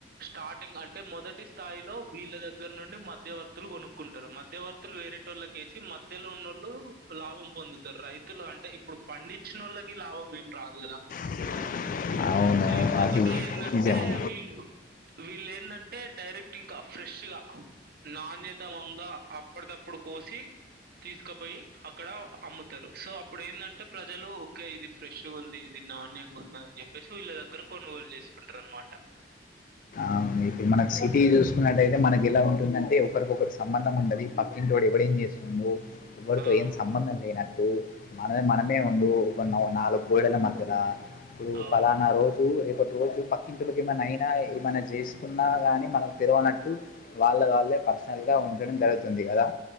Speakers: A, on the right; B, on the left.
A: స్టార్టింగ్ అంటే మొదటి స్థాయిలో వీళ్ళ దగ్గర నుండి మధ్యవర్తులు కొనుక్కుంటారు మధ్యవర్తులు వేరేటోళ్లకీ కేసి మధ్యలో ఉన్నోళ్ళు లాభం పొందుతారు రైతులు అంటే ఇప్పుడు పండించిన వాళ్ళకి లాభం ఏం రాదు గదా.
B: <inaudible>
A: సో ఇంకొకటి
B: అది
A: ఏందంటే
B: నిజమే.
A: వీళ్ళు వీళ్ళు ఏందంటే డైరెక్ట్ ఇంకా ఫ్రెష్ గా నాణ్య ఉత్తమంగా అప్పటిదప్పుడు కోసి తీసుక ర్కెట్ పోయి అక్కడ అమ్ముతరు. సో అప్పుడు ఏందంటే ప్రజలు ఓకే ఇది ఫ్రెష్‌గుంది, ఇది నాణ్యంగా ఉం దని చెప్పేసి వీళ్ళ దగ్గర కొనుగోలు చేసుకుంటరు అనమాట.
B: అవును ఇప్పుడు మనకి సిటీ చూసుకున్నటయితే మనకి ఎలా ఉంటుందంటే ఒకరికొకరు సంబంధం ఉండది. పక్కింటోడు ఎవడు ఏం చేస్తుండు ఎవరితో
A: ఆ!
B: ఏం సంబంధం లేన ట్టు మనది మనమే ఉండూ ఒక నా నాలుగు గోడల మధ్యల ఇప్పుడు
A: అవును.
B: ఫలానా రోజు రేపటి రోజు పక్కింటోళ్ళకి ఏమైన్నా అయినా ఏమన్నా చేసుకున్నా కానీ మనకు తెలువనట్టు వాళ్ళ వాళ్ళే పర్సనల్‌గా ఉండడం జరుగుతుంది కదా.